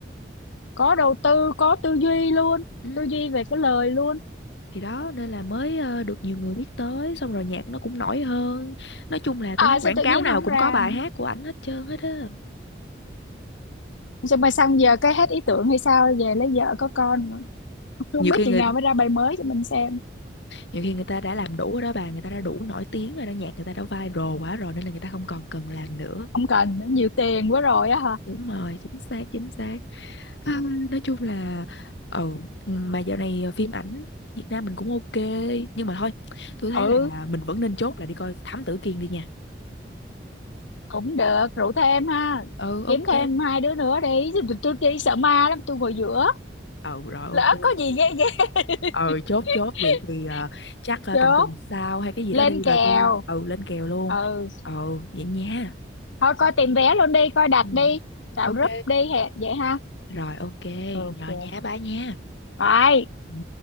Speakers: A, on the left (about 85°); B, on the left (about 70°).
A: có đầu tư có tư duy luôn
B: ừ.
A: tư duy về cái lời luôn
B: thì đó nên là mới ờ, được nhiều người biết tới xong rồi nhạc nó cũng nổi hơn nói chung là
A: à
B: tôi thấy
A: sao
B: quảng
A: tự
B: cáo
A: nhiên
B: nào
A: không
B: cũng
A: ra
B: có bài
A: nữa?
B: hát của ảnh hết trơn hết á
A: sao mà sang giờ cái hết ý tưởng hay sao về lấy vợ có con nữa. không
B: nhiều
A: biết
B: khi
A: chừng
B: người
A: nào mới ra bài mới cho mình xem
B: nhiều khi người ta đã làm đủ rồi đó bà người ta đã đủ nổi tiếng rồi đó nhạc người ta đã viral quá rồi nên là người ta không còn cần làm nữa
A: không cần nhiều tiền quá rồi á hả
B: đúng rồi chính xác chính xác à, nói chung là ờ, ừ mà dạo này phim ảnh Việt Nam mình cũng ok nhưng mà thôi tôi thấy
A: ừ
B: là mình vẫn nên chốt là đi coi Thám Tử Kiên đi nha
A: cũng được rủ thêm ha
B: ừ ok
A: kiếm thêm hai đứa nữa đi tôi, tôi, tôi đi sợ ma lắm tôi ngồi giữa
B: ừ rồi
A: lỡ
B: ok
A: có gì ghê ghê
B: ừ
A: <laughs>
B: chốt chốt vậy thì ờ, chắc ờ,
A: chốt
B: tầm tuần sau hay cái gì
A: lên
B: đó đi rồi
A: kèo
B: tôi ừ lên kèo luôn
A: ừ
B: ừ vậy nha
A: thôi coi tìm vé luôn đi coi đặt
B: ừ
A: đi tạo
B: ok
A: group đi hè- vậy ha
B: rồi ok
A: ok
B: rồi nhé bye nha
A: rồi
B: ừ.